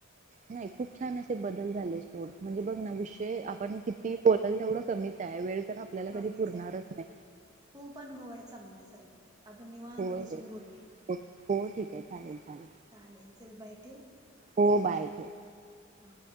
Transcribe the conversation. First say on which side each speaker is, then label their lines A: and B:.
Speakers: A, on the right; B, on the right.
A: नाही खूप छान असे बदल झाले सोड म्हणजे बघ ना विषय
B: हो
A: आपण किती तेवढा कमीच आहे वेळ तर आपल्याला
B: कमीच
A: कधी पुरणारच
B: आहे.
A: नाही
B: खूप अनुभव आहे सांगण्यासारखे आपण निवांत
A: हो
B: बसून
A: हो
B: बोलूया.
A: हो हो ठीक आहे चालेल चालेल
B: चालेल चल बाय ठेऊ.
A: हो बाय ठेव.
B: हा